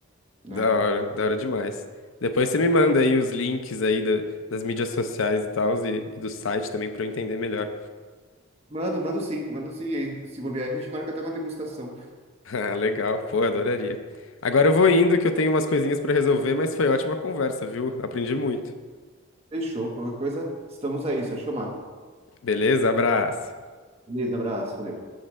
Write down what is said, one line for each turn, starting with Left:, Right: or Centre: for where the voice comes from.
Right: né?
Left: Da hora, da hora demais. Depois você me manda aí os links aí da- das mídias sociais e tal, e, e do site também para eu entender melhor.
Right: Mando, mando sim, mando sim. E aí, Se bobear, a gente marca até uma degustação.
Left: <laughs> Ah, legal. Pô, adoraria. Agora eu vou indo que eu tenho umas coisinhas pra resolver, mas foi ótima conversa, viu? Aprendi muito.
Right: Fechou. Qualquer coisa, estamos aí, só chamar.
Left: Beleza? Abraço.
Right: Beleza, abraço, valeu.